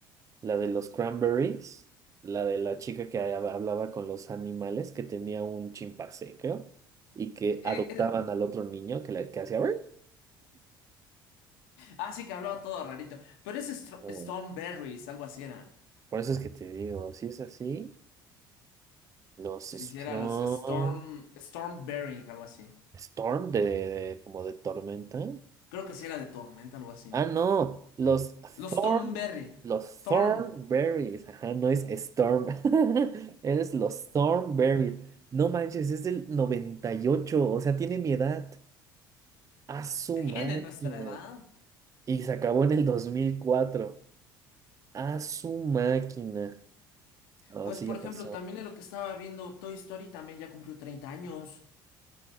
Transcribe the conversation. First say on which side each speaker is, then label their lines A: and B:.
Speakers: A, on the right; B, on the left.
A: la de los cranberries, la de la chica que hab- hablaba con los animales, que tenía un chimpancé, creo, y que
B: Eh,
A: adoptaban
B: eh,
A: al otro niño que, la- que hacía. "Ruiz".
B: ah, sí, que hablaba todo rarito, pero es Stro-
A: Mm,
B: Stormberries, algo así era.
A: Por eso es que te digo, si es así, los
B: Si
A: Strong
B: sí, era los Storm, Stormberry, algo así.
A: Storm de, de- como de tormenta.
B: Creo que sí era de tormenta, algo así.
A: Ah, no, los
B: Los
A: Thorn,
B: Thornberry.
A: los
B: Thorn.
A: Thornberries. Ajá, no es Storm. <laughs> Eres los Thornberries. No manches, es del 98, o sea, tiene mi edad. A su
B: ¿Tienen
A: máquina.
B: nuestra edad?
A: Y se acabó en el dos mil cuatro A su máquina. Oh,
B: Pues
A: sí,
B: por
A: ya
B: ejemplo,
A: pasó.
B: también de lo que estaba viendo, Toy Story también ya cumplió 30 años.